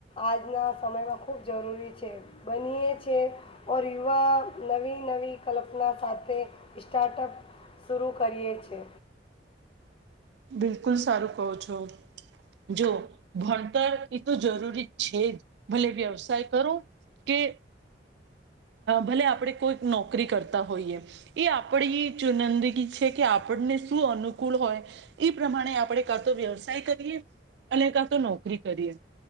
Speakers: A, on the left; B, on the right.
A: આજના સમયમાં ખૂબ જરૂરી છે બનીએ છે ઓર યુવા. નવી નવી કલ્પના સાથે સ્ટાર્ટઅપ શરૂ કરીએ છે.
B: બિલકુલ સારું કહો છો, જો ભણતર એ તો જરૂરી છે જ ભલે વ્યવસાય કરો કે. ભલે આપણે કોઈક નોકરી કરતા હોઈએ એ આપણી ચુનંદગી છે કે આપણને શું અનુકૂળ હોય એ પ્રમાણે આપણે કાં તો વ્યવસાય કરીએ, અને કા તો નોકરી કરીએ